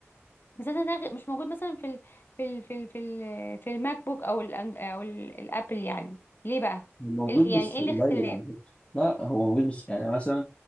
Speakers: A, on the left; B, on the left.
A: اساسا ده غ- مش موجود مثلا في ال في ال في ال في, ال في الماك بوك او ال او ال- الابل يعني ليه بقى
B: هو موجود
A: ال- يعني
B: بس
A: ايه الاختلاف
B: قليل على فكرة لا لا، هو موجود بس يعني مثلا